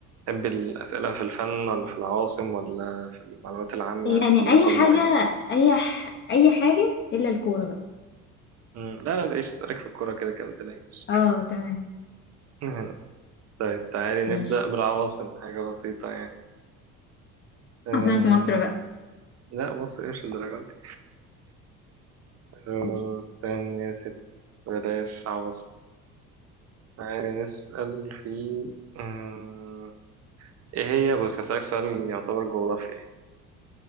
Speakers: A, on the right; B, on the left.
A: تحب الأسئلة في الفن ولا في العواصم ولا في المعلومات العامة
B: يعني
A: ولا
B: اي
A: كله
B: حاجه
A: عادي
B: اي ح... اي حاجه الا الكوره بقى
A: مم، لا لا تعيش أسألك في الكورة كده كده متلاقيش
B: اه تمام
A: <laughs> طيب تعالي نبدأ
B: ماشي
A: بالعواصم حاجة بسيطة يعني أه...
B: عاصمه مصر بقى
A: لا مصر مش للدرجة دي أه...
B: ماشي
A: استني يا ست بلاش عواصم تعالي نسأل في أه... ايه هي بص هسألك سؤال يعتبر جغرافيا يعني.